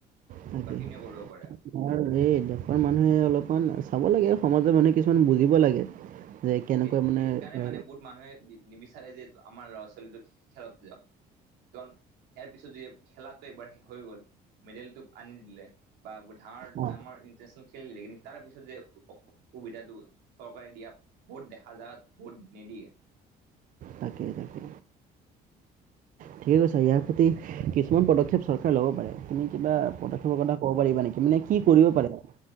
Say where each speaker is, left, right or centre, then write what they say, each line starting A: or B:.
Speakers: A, on the right; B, on the right.
A: তাকে
B: কন্টিনিউ কৰিব পাৰে
A: <unintelligible> দেশৰ মানুহে অলপমান চাব লাগে আও, সমাজৰ মানুহে কিছুমান বুজিব লাগে। যে কেনেকৈ
B: সেইটো
A: মানে
B: সেইকাৰণে
A: এ
B: মানে বহুত মানুহে নিবিচাৰে যে আমাৰ ল'ৰা ছোৱালীটো খেলত যাওক। কন ইয়াৰ পিছত য খেলাটো নে এবাৰ হৈ গ'ল। মেডেলটো আনি দিলে বা ব ধাৰ
A: অ
B: ডাঙৰ ইণ্টাৰনেচনেল খেল দিলে কিন্তু তাৰে পিছত যে সুবিধাটো চৰকাৰে দিয়া বহুত দেখা জাগাত বহুত নিদিয়ে।
A: তাকে তাকে ঠিকে কৈছা ইয়াৰ প্ৰতি কিছুমান পদক্ষেপ চৰকাৰে ল'ব পাৰে। কিবা পদক্ষেপৰ কথা কব পাৰিবা নেকি মানে কি কৰিব পাৰে?